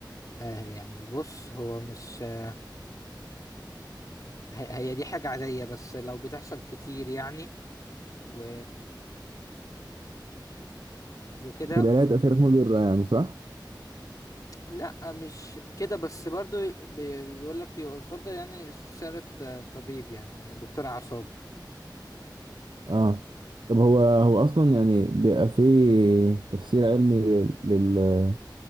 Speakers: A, on the left; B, on the right.
A: آه يعني بص هو مش ه- هي دي حاجة عادية بس لو بتحصل كتير يعني و... وكده
B: يبقى لها تأثيرات مضرة يعني صح؟
A: لا مش كده بس برضو بي... بيقول لك يفضل يعني استشارة آه، طبيب يعني دكتور أعصاب
B: اه طب هو هو اصلا يعني بيبقى فيه تفسير علمي لل لل